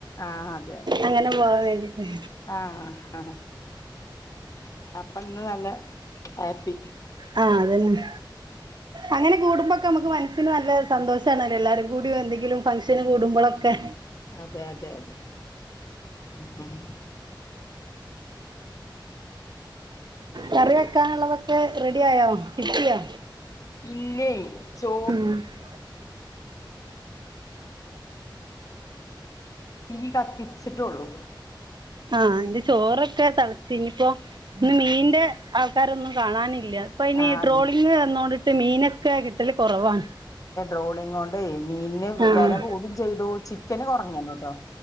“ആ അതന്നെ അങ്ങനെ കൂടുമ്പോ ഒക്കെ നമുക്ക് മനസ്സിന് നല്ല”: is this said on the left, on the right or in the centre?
Right